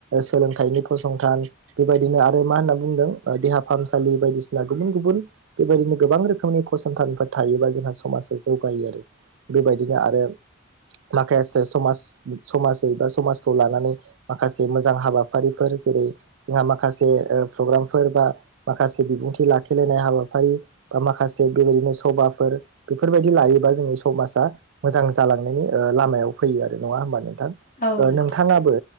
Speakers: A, on the right; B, on the left.
A: सोलोंथाइनि फसंथान बेबायदिनो आरो मा होन्ना बुंदों देहा फाहामसालि बायदिसिना गुबुन गुबुन बेबायदिनो गोबां रोखोमनि फसंथानफोर थायोबा जोंहा समाजा जौगायो आरो बेबायदिनो दा आरो माखायेसे समाज समाजै बा समाजखौ लानानै माखासे मोजां हाबाफारिफोर जेरै जोंहा माखासे ओ प्रग्रामफोर बा माखासे बिबुंथि लाखि गेलेनाय हाबाफारि बा माखासे बेबायदिनो सभाफोर बेफोरबायदि लायोबा जोंनि समाजा मोजां जालांनायनि ओ लामायाव फैयो आरो नङा होमबा नो थां।
B: औ
A: ओ
B: नंगौ
A: नोंथाङाबो
B: नोंथां